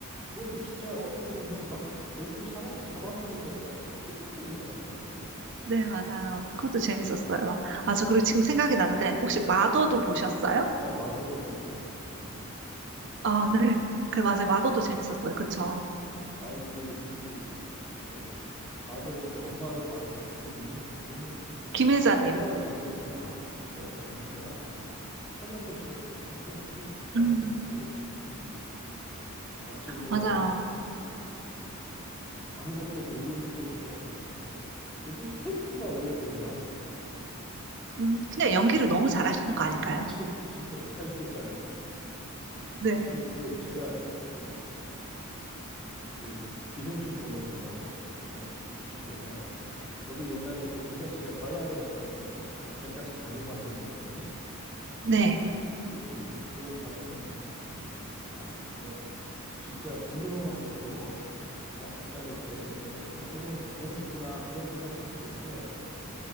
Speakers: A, in the centre; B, on the right.
A: 그것도 진짜 어떻게 보면 막 괴물이 사람을 잡아먹는 건데, 희극적이잖아요, 그게.
B: 네, 맞아요. 그것도 재밌었어요. 아,
A: 예.
B: 저 그리고 지금 생각이 나는데, 혹시 마더도 보셨어요?
A: 어, 마더도 그 제가 재밌게 봤어요. 예,
B: 아, 네. 그래, 맞아요. 마더도 재밌었어요. 그쵸.
A: 예, 예. 아니, 그, 그, 저, 마더의 이제 엄마로 나오는 그분 이름 이름을 내-
B: 김혜자님.
A: 어 김혜자님 와 진짜 연기가 그렇게 천연덕스럽고 그렇게 어떻게 자연스럽게
B: 음,
A: 할 수 있을지 모르겠어요. 마치 뭐
B: 맞아요.
A: 아무것도 모르는 것처럼 뭐 이렇게 그분 캐릭터가 원래 그런가?
B: 음, 그냥 연기를 너무 잘하시는 거 아닐까요?
A: <laughs> 진짜 진짜 찰지게 잘하죠.
B: 네.
A: 아니 그 제가 그 그 기생충 보면서 내가 느낀 게 하나가 이제 저도 옛날에 그 부잣집에 과외하러 한번 몇 번씩 다- 몇 달씩 다니고 한 적이 있거든요.
B: 네.
A: 그 그런 장면을 이제 딱 보면 이제 아 저게 진짜 봉준호 감독도 그 대학교 다닐 때 저런 거 해본 경험이 있구나 그런 생각이 딱 드는 게뭐